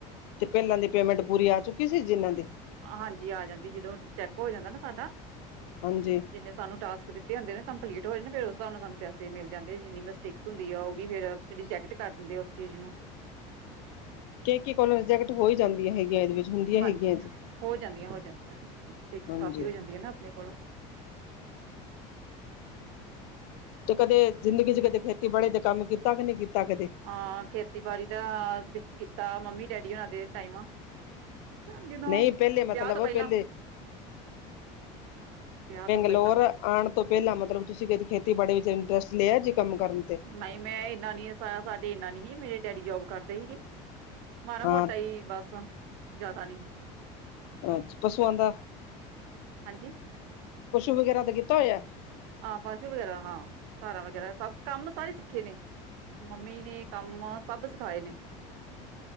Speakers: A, on the left (about 75°); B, on the right (about 85°).
A: ਤੇ ਪਹਿਲਾਂ ਦੀ ਪੇਮੈਂਟ ਪੂਰੀ ਆ ਚੁੱਕੀ ਸੀ ਜਿਨ੍ਹਾਂ ਦੀ।
B: ਹਾਂਜੀ ਆ ਜਾਂਦੀ ਜਦੋਂ ਚੈੱਕ ਹੋ ਜਾਂਦਾ ਨਾ ਸਾਡਾ।
A: ਹਾਂਜੀ।
B: ਜਿੰਨੇ ਸਾਨੂੰ ਟਾਸਕ ਦਿੱਤੇ ਹੁੰਦੇ ਨਾ ਕੰਪਲੀਟ ਹੋਏ ਨਾ ਫਿਰ ਉਸ ਹਿਸਾਬ ਨਾਲ ਸਾਨੂੰ ਪੈਸੇ ਮਿਲ ਜਾਂਦੇ ਜਿੰਨੀ ਮਿਸਟੇਕ ਹੁੰਦੀ ਆ ਉਹ ਵੀ ਫ਼ੇਰ। ਰ ਰਿਜੈਕਟ ਕਰ ਦਿੰਦੇ ਆ ਉਸ ਚੀਜ਼ ਨੂੰ।
A: ਕੇ ਕੀ ਕੋਲੋਂ ਰਿਜੈਕਟ ਹੋਈ ਜਾਂਦੀਆਂ ਹੈਗੀਆਂ ਇਹਦੇ ਵਿੱਚ। ਹੁੰਦੀਆਂ
B: ਹਾਂਜੀ
A: ਹੈਗੀਆਂ ਜੀ
B: ਹੋ ਜਾਂਦੀਆਂ ਹੋ ਜਾਂਦੀਆਂ ਮਿਸਟੇਕਸ
A: ਹਾਂਜੀ
B: ਕਾਫੀ ਹੋ ਜਾਂਦੀਆਂ ਨਾ ਆਪਣੇ ਕੋਲੋਂ।
A: ਤੇ ਕਦੇ ਜ਼ਿੰਦਗੀ ਚ ਕਦੇ ਖੇਤੀਬਾੜੀ ਦਾ ਕੰਮ ਕੀਤਾ ਕਿ ਨਹੀਂ ਕੀਤਾ ਕਦੇ।
B: ਹਾਂ ਖੇਤੀਬਾੜੀ ਦਾ ਵਿੱਚ ਕੀਤਾ ਮੰਮੀ ਡੈਡੀ ਉਹਨਾਂ ਦੇ ਟਾਈਮ। ਜਦੋਂ
A: ਨਹੀਂ ਪਹਿਲੇ ਮਤਲਬ
B: ਵਿਆਹ ਤੋਂ ਪਹਿਲਾਂ।
A: ਪਹਿਲੇ
B: ਵਿਆਹ ਤੋਂ। ਪਹਿਲਾਂ
A: ਲੋਰ ਆਉਣ ਤੋਂ ਪਹਿਲਾਂ ਮਤਲਬ ਤੁਸੀਂ ਕਦੇ ਖੇਤੀਬਾੜੀ ਵਿੱਚ ਇੰਟਰਸਟ ਲਿਆ ਜੀ ਕੰਮ ਕਰਨ ਤੇ।
B: ਨਹੀਂ ਮੈਂ ਇੰਨਾ ਨੀ ਜਾ ਸਾਡੇ ਇਨਾ ਨੀ ਹੀ ਮੇਰੇ ਡੈਡੀ ਜੋਬ ਕਰਦੇ ਹੀਗੇ। ਮਾੜਾ
A: ਹਾਂ
B: ਮੋਟਾ ਈ ਬਸ ਜਿਆਦਾ ਨੀ।
A: ਅੱਛਾ ਪਸੂਆਂ ਦਾ
B: ਹਾਂਜੀ
A: ਪਸ਼ੂ ਵਗੈਰਾ ਦਾ ਕੀਤਾ ਹੋਇਆ।
B: ਹਾਂ ਪਸ਼ੂ ਵਗੈਰਾ ਹਾਂ ਧਾਰਾ ਵਗੈਰਾ ਸਭ ਕੰਮ ਸਾਰੇ ਸਿੱਖੇ ਨੇ। ਮੰਮੀ ਨੇ ਕੰਮ ਸਭ ਸਿਖਾਏ ਨੇ।